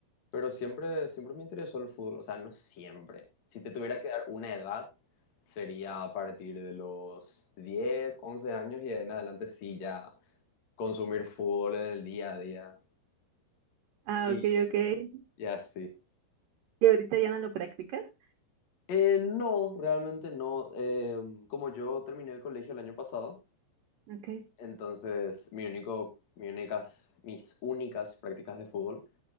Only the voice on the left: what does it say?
pero siempre, siempre me interesó el fútbol, o sea, no siempre. Si te tuviera que dar una edad, sería a partir de los diez once años y de ahí en adelante sí ya consumir fútbol en el día a día
y,
y así.
Eh, no, realmente no. Em, como yo terminé el colegio el año pasado,
Entonces, mi único, mi únicas, mis únicas prácticas de fútbol